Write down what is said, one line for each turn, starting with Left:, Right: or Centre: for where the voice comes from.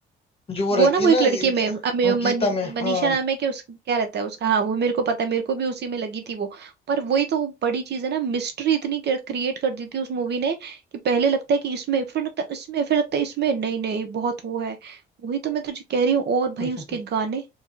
Left: जो वो
Right: वो
Left: रहती
Right: ना वो
Left: है
Right: एक
Left: ना
Right: लड़की में अमी-
Left: हाँ, गीता
Right: मनी-
Left: में हाँ
Right: मनीषा नाम है कि उस क्या रहता है उसका हाँ वो मेरे को पता है मेरे को भी उसी में लगी थी वो पर वही तो बड़ी चीज है ना मिस्ट्री इतनी क्रिएट कर दी थी उस मूवी ने कि पहले लगता है कि इसमें फिर लगता है इसमें फिर लगता है इसमें नहीं नहीं बहुत वो है वही तो मैं तुझे कह रही हूँ और भाई
Left: <laughs>
Right: उसके गाने